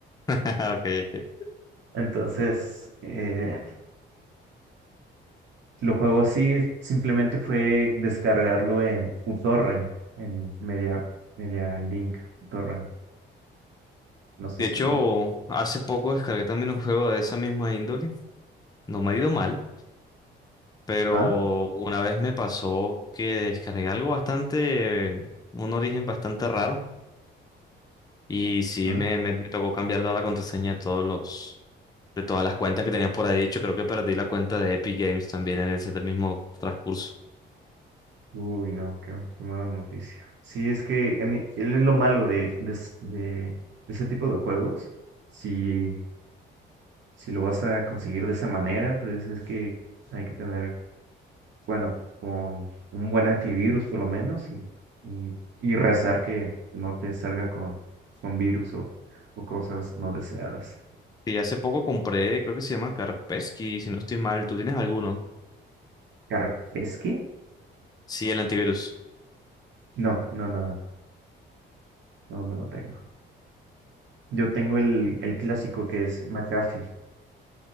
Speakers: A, on the left (about 20°); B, on the right (about 70°).
A: <laughs> ok, ok.
B: Entonces, eh, lo juego así, simplemente fue descargarlo en uTorrent, en Media, Media Link uTorrent. No sé
A: De hecho,
B: si...
A: hace poco descargué también un juego de esa misma índole. No me ha ido mal, pero
B: ¿Ah?
A: una vez me pasó que descargué algo bastante, un origen bastante raro. Y sí,
B: ¿Ah?
A: me, me, me tocó cambiar toda la contraseña de todos los, de todas las cuentas que tenía por ahí. De hecho, creo que perdí la cuenta de Epic Games también en ese mismo transcurso.
B: Uy, no, qué, qué mala noticia. Sí, es que en- él es lo malo de, de, es- de ese tipo de juegos. Si si lo vas a conseguir de esa manera, pues es que hay que tener, bueno, con un buen antivirus por lo menos y, y, y rezar que no te salga con, con virus o, o cosas no deseadas.
A: Y hace poco compré, creo que se llama Kaspersky, si no estoy mal. ¿Tú tienes alguno?
B: ¿Kaspersky?
A: Sí, el antivirus.
B: No, no, no, no, no lo tengo. Yo tengo el, el clásico que es McAfee.